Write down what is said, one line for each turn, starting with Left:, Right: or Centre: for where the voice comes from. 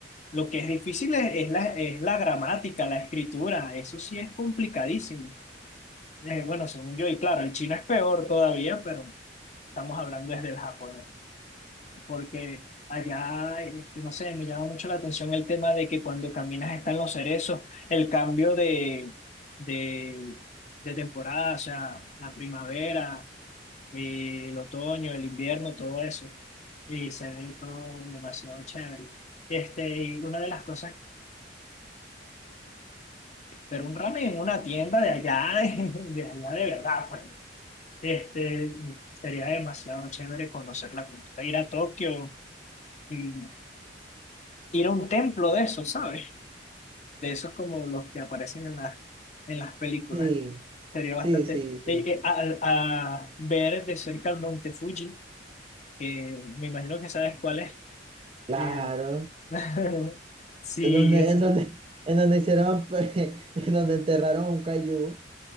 Left: Lo que es difícil es, es la, es la gramática, la escritura, eso sí es complicadísimo. Eh, bueno, según yo, y claro, el chino es peor todavía, pero estamos hablando desde el japonés, porque allá, este, no sé, me llama mucho la atención el tema de que cuando caminas están los cerezos, el cambio de, de, de temporada, o sea, la primavera, eh, el otoño, el invierno, todo eso, y se ve todo demasiado chévere. Este, y una de las cosas Pero un ramen en una tienda de allá, <laughs> de, de allá de verdad, pues. Este, sería demasiado chévere conocer la cultura, ir a Tokio y ir a un templo de eso, ¿sabes? De esos como los que aparecen en las, en las películas.
Right: Sí,
Left: Sería bastante...
Right: sí, sí, sí.
Left: eh, eh, al- a, ver de cerca el monte Fuji, que me imagino que sabes cuál es.
Right: Claro.
Left: Eh, <laughs> sí,
Right: En donde,
Left: ese-
Right: en donde, en donde hicieron, pues, <laughs> en donde enterraron a un cayú,